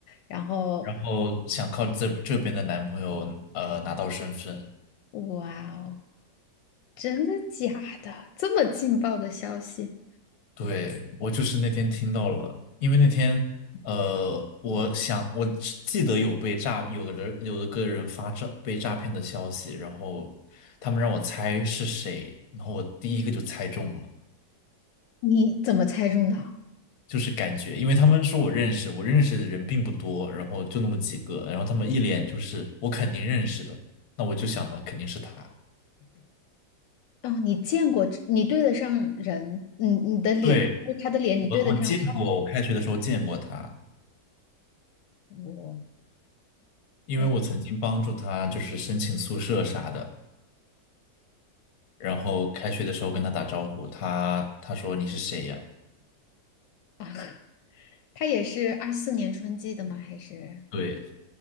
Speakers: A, on the left; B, on the left.
A: 然后
B: 然后想靠这这边的男朋友呃拿到身份，
A: 哇哦，真的假的？这么劲爆的消息，
B: 对，我就是那天听到了，因为那天，呃，我想我只记得有被诈，有个人有的个人发诈被诈骗的消息，然后他们让我猜是谁，然后我第一个就猜中了，
A: 你怎么猜中的？
B: 就是感觉，因为他们说我认识，我认识的人并不多，然后就那么几个，然后他们一脸就是我肯定认识的，那我就想的肯定是他。
A: 哦，你见过这你对得上人，你你的脸，
B: 对，
A: 就是他的脸，你对得上号。
B: 我我见过，我开学的时候见过他，
A: 我
B: 因为我曾经帮助他就是申请宿舍啥的。
A: 真
B: 然后开学的时候跟他打招呼，他他说你是谁呀？
A: 的啊。<laughs> 他也是二四年春季的吗？还是
B: 对，